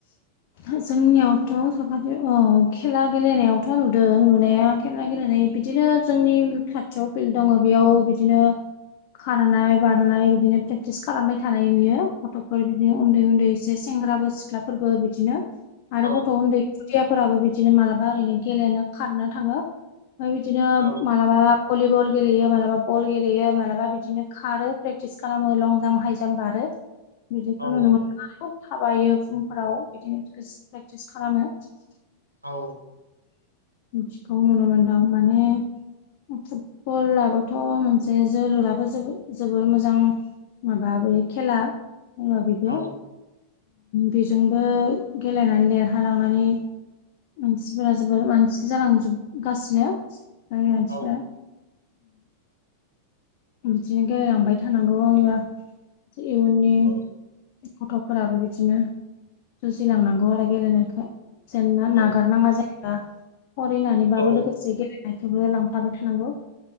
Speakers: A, on the left; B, on the right.
A: जोंनियावथ' साखाथियाव औ खेला गेलेनायावथ' नुदों नुनाया खेला गेलेनाय बिदिनो जोंनि खाथियाव फिल्ड दङ' बेयाव बिदिनो खारनाय बारनाय बिदिनो प्रेक्टिस खालामबाय थानाय नुयो गथ'फोर बिदिनो उन्दै उन्दै एसे सेंग्राबो सिख्लाफोरबो बिदिनो आरो
B: औ
A: गथ' उन्दै खुदियाफोराबो बिदिनो मालाबा ओरैनो गेलेनो खारनो थाङो ओमफ्राय बिदिनो
B: औ
A: मालाबा बा भलिबल गेलेयो मालाबा बल गेलेयो मालाबा बिदिनो खारो प्रेटिस खालामो लं जाम हाय जाम बारो बिदिखौ
B: औ
A: नुनो मोनो। थाबायो फुंफोराव बिदिनो बि प्रेक्टिस खालामो
B: औ
A: बिखौ नुनो मोनदों माने फुटबलाबोथ' मोनसे जोलुराबो जोबोर मोजां माबा बे खेला बुङो बेखौ
B: औ
A: बेजोंबो गेलेनानै देरहालांनानै मानसिफोरा जोबोर मानसि जालांजोबगासिनो जोंनि मानसिफोरा
B: औ
A: बिदिनो गेलेलांबाय थानांगौ आंनिबा इयुननि
B: औ
A: गथ'फोराबो बिदिनो जुजिलांनांगौ आरो गेलेनायखौ जेनना
B: औ
A: नागारनाङा जेनेबा फरायनानैबाबो
B: औ
A: लोगोसे से गेलेनायखौबो लांफाबाय थानांगौ